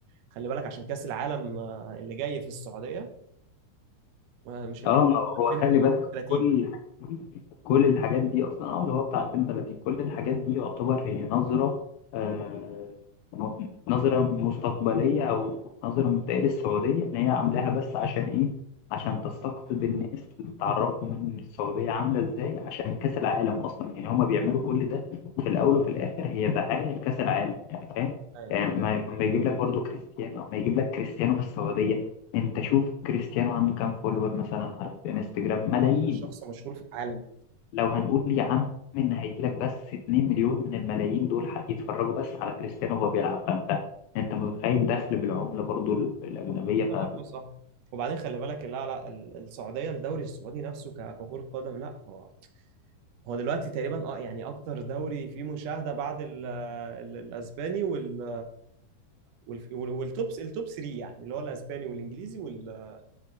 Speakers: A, on the right (about 70°); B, on the left (about 80°).
A: خلي بالك عشان كأس العالم آه، اللي جاي في السعودية آه، مش اللي
B: اه ما
A: 2030
B: هو خلي بالك كل الحاجات دي كل الحاجات دي اصلا اه اللي هو بتاع 2030 كل الحاجات دي يعتبر هي نظره آه م- نظره مستقبليه او نظره مبدئيه للسعوديه ان هي عاملاها بس عشان ايه؟ عشان تستقطب الناس وتعرفهم ان السعوديه عامله ازاي عشان كاس العالم اصلا يعني هما بيعملوا كل ده في الاول وفي الاخر هي دعايه لكاس العالم يعني فاهم؟
A: أيوة.
B: يعني ما ما يجيب لك برضو كريستيانو ما يجيب لك كريستيانو في السعوديه انت شوف كريستيانو عنده كام فولور مثلا على الانستجرام ملايين
A: اكتر شخص مشهور في العالم
B: فلو هنقول يا عم ان هيجي لك بس 2 مليون من الملايين دول ح- يتفرجوا بس على كريستيانو وهو بيلعب فانت انت متخيل دخل بالعملة برضو ال- الأجنبية
A: هم
B: ف
A: لعبوه صح وبعدين خلي بالك لا لا ال- السعوديه الدوري السعودي نفسه ك- ككره قدم لا هو هو دلوقتي تقريبا اه يعني اكتر دوري فيه مشاهده بعد ال ال الاسباني وال وال- وال- والتوب التوب 3 يعني اللي هو الاسباني والانجليزي وال-